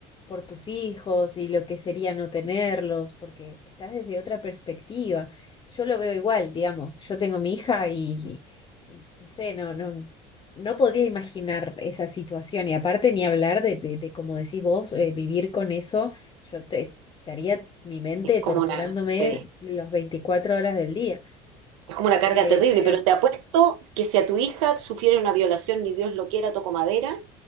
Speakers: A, on the left; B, on the right.
A: por tus hijos y lo que sería no tenerlos, porque estás desde otra perspectiva. Yo lo veo igual, digamos, yo tengo mi hija y y no sé, no, no. No podría imaginar esa situación y aparte ni hablar de, de, de, como decís vos, eh, vivir con eso, yo te- estaría mi mente
B: Es como
A: torturándome
B: una... Sí.
A: las 24 horas del día.
B: Es como una
A: Eh,
B: carga terrible,
A: pero,
B: pero te apuesto que si a tu hija sufriera una violación, ni Dios lo quiera, toco madera,